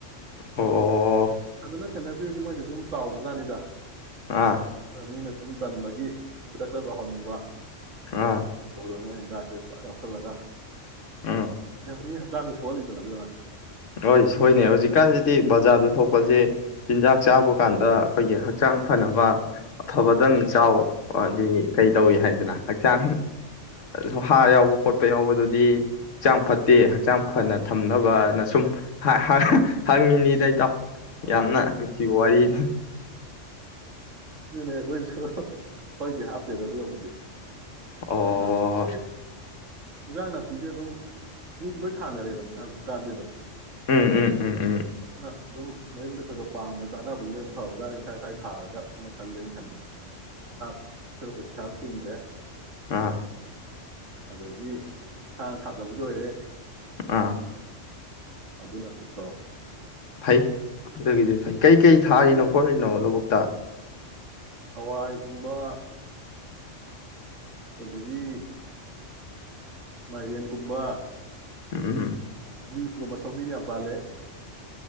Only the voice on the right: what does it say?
ꯑꯗꯨꯅ ꯆꯂ ꯑꯗꯨꯏꯗꯤ ꯃꯣꯏꯗꯤ ꯑꯗꯨꯝ ꯆꯥꯎꯕꯖꯥꯠꯅꯤꯗ
ꯈꯔ ꯃꯤꯅꯁꯨ ꯁꯨꯝ ꯇꯟꯕꯒꯤ ꯈꯨꯗꯛꯇ ꯆꯥꯎꯍꯟꯅꯤꯡꯕ
ꯇꯧꯕꯗꯅ ꯃꯣꯏꯅ ꯍꯤꯗꯥꯛꯁꯦ ꯄ ꯌꯥꯎꯁꯜꯂꯒ
ꯃꯤ ꯍꯛꯆꯥꯡꯗ ꯁꯣꯛꯍꯜꯂꯤꯗꯅ ꯑꯗꯨꯅ
ꯑꯗꯨꯅꯤ
ꯑꯩꯈꯣꯏꯁꯨ ꯍꯣꯏꯗꯤ ꯍꯥꯞꯇꯦꯗ ꯑꯗꯨꯒꯕꯨꯗꯤ
ꯑꯗꯨ ꯍꯧꯖꯤꯛꯇꯤ ꯏꯟꯖꯥꯡ ꯅꯥꯄꯤꯁꯦ ꯑꯗꯨꯝ ꯃꯤꯁꯦ ꯂꯣꯏ ꯊꯥꯅꯔꯦꯗꯅ ꯍꯧꯖꯤꯛ ꯀꯥꯟꯗꯗꯝ
ꯑꯗꯨꯅ ꯑꯗꯨꯝ ꯃꯌꯨꯝꯗ ꯈꯔ ꯈꯔ ꯄꯥꯝꯕ ꯆꯥꯅꯕꯕꯨꯗꯤ ꯑꯗꯨꯝ ꯐꯕꯖꯥꯅꯤꯩ ꯁ꯭ꯥꯏ ꯁ꯭ꯋꯥꯏꯗ ꯊꯥꯔꯒ ꯑꯗꯨꯝꯅ ꯈꯜꯂꯦ ꯑꯩꯅ ꯈꯟꯕꯗꯗꯤ <unintelligible> ꯇꯤꯡꯗꯔꯦ
ꯑꯗꯒꯤ ꯏꯁꯥꯅ ꯊꯥꯖꯕꯁꯨ ꯑꯣꯏꯔꯦ
ꯑꯗꯨ ꯅ ꯐꯠꯇꯔꯣ
ꯍꯋꯥꯏꯒꯨꯝꯕ ꯑꯗꯒꯤ ꯃꯥꯏꯗꯤꯟ ꯀꯨꯝꯕ
ꯁꯤꯒꯨꯝꯕ ꯁꯧꯕꯤ ꯌꯥꯝ ꯄꯥꯜꯂꯦ